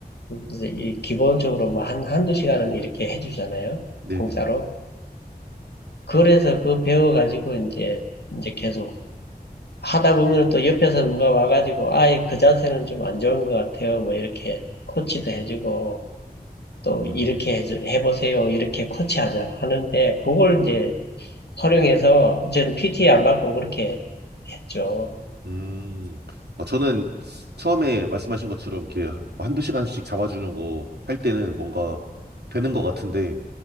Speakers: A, on the left; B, on the right.
A: 이제 이 기본적으로 뭐 한, 한두 시간은 이렇게 해주잖아요.
B: 네네.
A: 공짜로. 그래서 그 배워가지고 이제, 이제 계속 하다 보면 또 옆에서 누가 와가지고, 아예 그 자세는 좀 안 좋은 것 같아요. 뭐 이렇게 코치도 해주고, 또
B: 음.
A: 이렇게 해 해보세요. 이렇게 코치하자 하는데 그걸 이제 활용해서 저는 PT 안 받고 그렇게 했죠.
B: 음, 어, 저는 처음에 말씀하신 것처럼 이렇게 뭐 한두 시간씩 잡아주는 거 할 때는 뭔가 되는 것 같은데